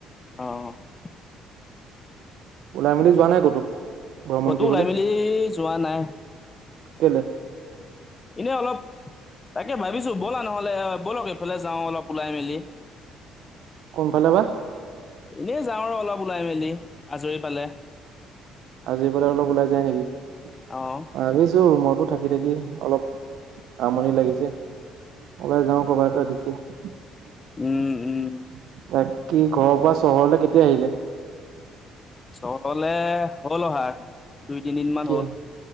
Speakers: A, on the left (about 25°); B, on the right (about 75°).
A: অৱ।
B: উলাই মেলি যোৱা নাই ক'তো? ভ্ৰমণ
A: ক'তো
B: কৰিবলৈ,
A: ওলাই মেলি যোৱা নাই
B: কেলে।
A: এনেই অলপ তাকে ভাবিছোঁ, ব'লা নহ'লে ব'লক এইফালে যাওঁ অলপ ওলাই মেলি।
B: কোনফালে বা?
A: এনেই যাওঁ আৰু অলপ ওলাই মেলি, আজৰি পালে।
B: আজৰি পালে অলপ ওলাই যায় নেকি?
A: অৱ।
B: ভাবিছো ৰুমতো থাকি থাকি অলপ আমনি লাগিছে। ওলাই যাও কৰ'বাত এটা দিশে। <unintelligible>
A: উম উম
B: কি ঘৰৰ পৰা চহৰলৈ, কেতিয়া আহিলে?
A: চহৰলে হ'ল অহা, দুই তিনিদিন মান
B: কি
A: হ'ল।